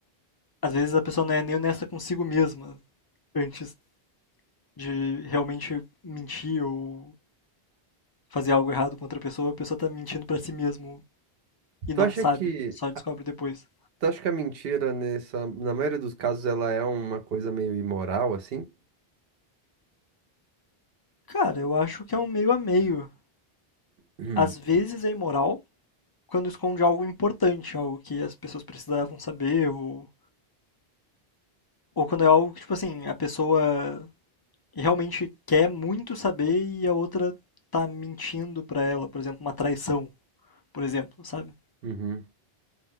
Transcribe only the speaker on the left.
às vezes a pessoa não é nem honesta consigo mesma antes de realmente mentir ou fazer algo errado com outra pessoa, a pessoa tá mentindo pra si mesmo e
não
sabe,
só descobre depois.
Cara, eu acho que é um meio a meio.
Às vezes é imoral, quando esconde algo importante, algo que as pessoas precisavam saber, ou, ou quando é algo que, tipo assim, a pessoa realmente quer muito saber e a outra tá mentindo pra ela, por exemplo, uma traição, por exemplo, sabe?